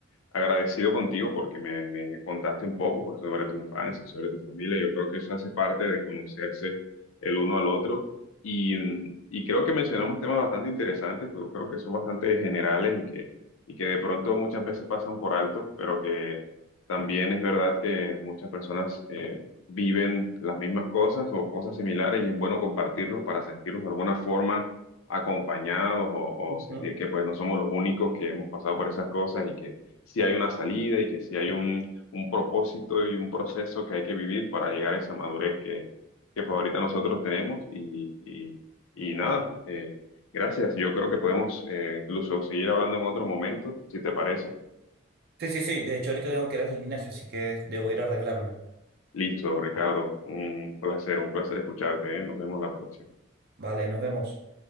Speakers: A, on the left (about 80°); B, on the right (about 50°).
A: agradecido contigo porque me, me contaste un poco pues, sobre tu infancia, sobre tu familia. Yo creo que eso hace parte de conocerse el uno al otro. Y, mm, y creo que mencionamos temas bastante interesantes, yo creo que son bastante generales y que, y que de pronto muchas veces pasan por alto, pero que también es verdad que muchas personas eh, viven las mismas cosas o cosas similares y es bueno compartirlos para sentirnos de alguna forma acompañados o,
B: ujú.
A: o sentir que pues no somos los únicos que hemos pasado por esas cosas y que sí hay una salida y que sí hay un, un propósito y un proceso que hay que vivir para llegar a esa madurez que, que pues ahorita nosotros tenemos y, y, y nada, eh, gracias. Yo creo que podemos eh, incluso seguir hablando en otro momento, si te parece.
B: Sí, sí, sí. De hecho, ahorita tengo que ir al gimnasio, así que debo ir a arreglarme.
A: Listo, Ricardo, un placer, un placer escucharte, ¿eh? Nos vemos la próxima.
B: Vale, nos vemos.